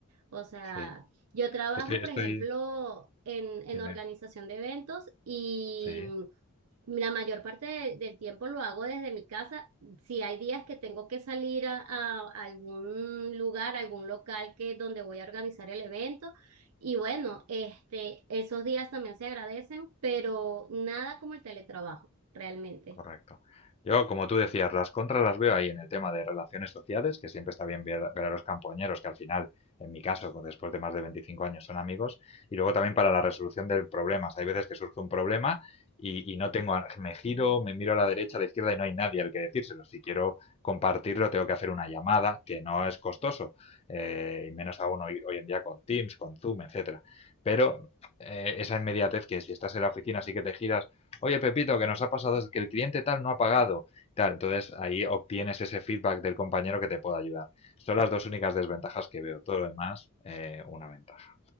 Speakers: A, on the right (about 85°); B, on the left (about 30°).
A: O sea,
B: Sí,
A: yo trabajo,
B: estoy,
A: por
B: estoy,
A: ejemplo, en, en
B: dime,
A: organización de eventos y
B: sí,
A: la mayor parte de- del tiempo lo hago desde mi casa. Si hay días que tengo que salir a, a algún lugar, algún local que donde voy a organizar el evento, y bueno, este, esos días también se agradecen, pero nada como el teletrabajo, realmente.
B: Correcto. Yo, como tú decías, las contras las veo ahí en el tema de relaciones sociales, que siempre está bien ver, ver a los compañeros, que al final, en mi caso, con- después de más de 25 años son amigos, y luego también para la resolución de problemas. Hay veces que surge un problema y, y no tengo, a- me giro, me miro a la derecha, a la izquierda y no hay nadie al que decírselo. Si quiero compartirlo, tengo que hacer una llamada, que no es costoso, eh, y menos aún hoy, hoy en día con Teams, con Zoom, etcétera. Pero eh, esa inmediatez que si estás en la oficina, sí que te giras oye Pepito, que nos ha pasado es que el cliente tal no ha pagado. Tal, entonces ahí obtienes ese feedback del compañero que te pueda ayudar. Son las dos únicas desventajas que veo. Todo lo demás, eh, una ventaja.